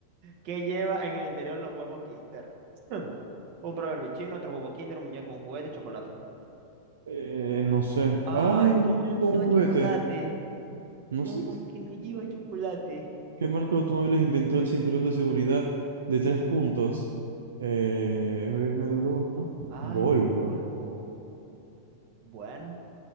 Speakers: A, on the right; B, on the right.
A: ¿Qué lleva en el interior los huevos Kinder? <clears throat> Hmm. Un proverbio chino, otro huevo Kinder, un muñeco, un juguete, chocolate.
B: Eh, no sé.
A: Ay,
B: Ay, un
A: ¿cómo
B: muñeco,
A: que no
B: un
A: lleva
B: juguete.
A: chocolate?
B: No
A: ¿Cómo
B: sé
A: que no lleva chocolate?
B: qué marca de automóviles inventó el cinturón de seguridad de tres puntos. Eh, B M BMW, ¿no?
A: Ay,
B: Volvo.
A: Volvo. Bueno,